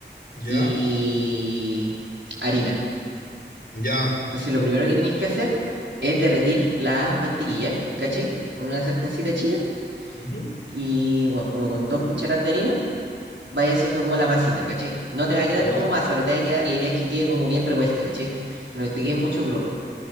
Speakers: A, on the left; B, on the right.
A: ¿Ya?
B: y harina.
A: ¿Ya?
B: Entonces lo primero que tenéis que hacer es derretir la mantequilla, ¿cachai? En Una sartencita chica
A: ujú,
B: y, bueno, como con dos cucharadas de harina, vaya haciendo como la masita, ¿cachai? No te va a quedar
A: ¿Ya?
B: como masa, pero te va a quedar, la idea es que quede como bien revuelta, ¿cachai? No te queden muchos grumos.